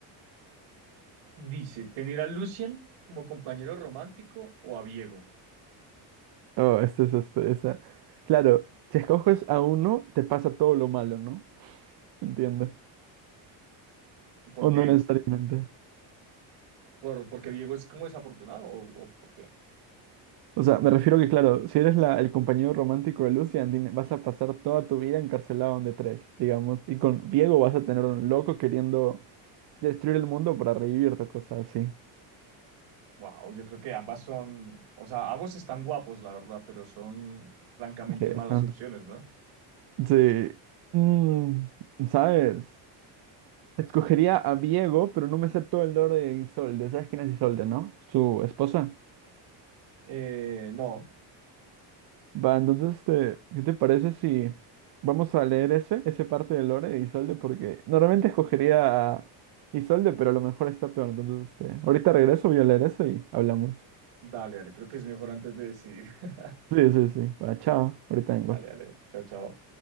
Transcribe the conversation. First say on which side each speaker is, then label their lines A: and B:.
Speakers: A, on the right; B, on the right.
A: Dice, ¿tener a Lucian como compañero romántico o a Diego?
B: Oh, este es este, esa. Claro, si escoges a uno, te pasa todo lo malo, ¿no? Entiendo.
A: ¿Por
B: O
A: qué?
B: no necesariamente.
A: ¿Por, porque Diego es como desafortunado o, o por qué?
B: O sea, me refiero que, claro, si eres la, el compañero romántico de Lucian, din- vas a pasar toda tu vida encarcelado en The Trash, digamos. Y con Diego vas a tener un loco queriendo destruir el mundo para revivirte, cosas así.
A: Wow, yo creo que ambas son, o sea, ambos están guapos, la verdad, pero son francamente
B: Sí, están-
A: malas opciones, ¿no?
B: Sí. Mm, ¿sabes? Escogería a Diego, pero no me sé todo el lore de Isolde. ¿Sabes quién es Isolde, no? Su esposa.
A: Eh, no,
B: Va, entonces, este, ¿qué te parece si vamos a leer ese, ese parte de Lore de Isolde? Porque normalmente escogería a Isolde, pero a lo mejor está peor. Entonces, este, ahorita regreso, voy a leer eso y hablamos.
A: dale, dale, creo que es mejor antes de decidir. <laughs>
B: Sí, sí, sí. Va, chao. Ahorita vengo.
A: Dale, dale, chao, chao.